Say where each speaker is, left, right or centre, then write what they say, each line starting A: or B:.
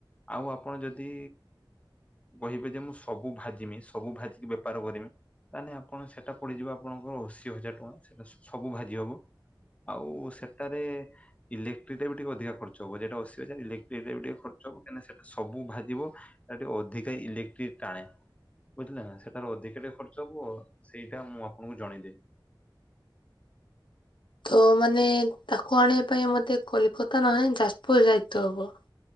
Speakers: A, on the left; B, on the left.
A: ଆଉ ଆପଣ ଯଦି କହିବେ ଯେ ମୁଁ ସବୁ ଭାଜିମି ସବୁ ଭାଜିିକି ବେପାର କରିମି ତାହେଲେ ଆପଣ ସେଟା ପଡିଯିବ ଆପଣଙ୍କର ଅଶୀ ହଜାର ଟଙ୍କା ସେଟା ସ ସବୁ ଭାଜି ହବ ଆଉ ସେଟାରେ ଇଲେକ୍ଟ୍ରିରେ ବି ଟିକେ ଅଧିକା ଖର୍ଚ୍ଚ ହବ ଯେଟା ଅଶୀ ହଜାର ଇଲେକ୍ଟ୍ରିକ ରେ ବି ଟିକେ ଖର୍ଚ୍ଚ ସବୁ କାଇଁନା ସେଟା ସବୁ ଭାଜିବ ସେଟା ଟିକେ ଅଧିକା ଇଲେକ୍ଟ୍ରିକ ଟାଣେ ବୁଝିଲେ ନା ସେ ତାର ଅଧିକ ଟିକେ ଖର୍ଚ୍ଚ ହବ ସେଇଟା ମୁଁ ଆପଣଙ୍କୁ ଜଣେଇଦିଏ।
B: ତ ମାନେ ତାକୁ ଆଣିବା ପାଇଁ ମୋତେ କଲିକତା ନହେ ଯାଜପୁର ଯାଇତ ହବ।